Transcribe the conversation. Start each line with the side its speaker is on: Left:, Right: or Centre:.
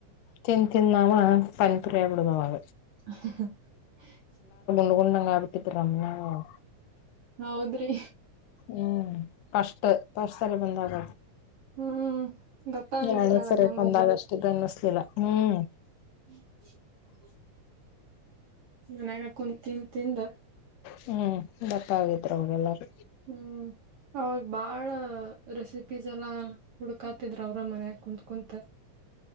Left: ತಿಂದು ತಿಂದು ನಾವು ಪನಿಪುರಿ ಆಗಬಿಡೋದು ಅವಾಗ
Right: <inaudible>
Left: <unintelligible>
Right: ಹೌದ್ರಿ
Left: ಹ್ಮ್ ಕಷ್ಟ ಕಷ್ಟ ಸರಿ ಬಂದಾಗ
Right: ಹ್ಮ್ ಗೊತ್ತಾಗಂಗಿಲ್ಲ
Left: ಯಾನ
Right: ಅದ
Left: ಸರಿ
Right: ದಮ್
Left: ಒಂದ
Right: ಆಗಿದ್ದ
Left: ಆಗಷ್ಟ ಇದ ಬನ್ನಿಸಲಿಲ್ಲ ಹ್ಮ್
Right: ಹ್ಮ್ ಮನ್ಯಾಗ ಕುಂತ ತಿನ್ ತಿಂದ
Left: ಹ್ಮ್ ದಪ್ಪ ಆಗಿದ್ರ ಅವಗೆ ಎಲ್ಲಾರೂ
Right: ಹ್ಮ್ ಅವಾಗ ಬಾಳ ರೆಸಿಪೀಸ್ ಎಲ್ಲ ಹುಡ್ಕಾತಿದ್ರ ಅವ್ರ ಮನಯಾಗ ಕುತ್ ಕುಂತ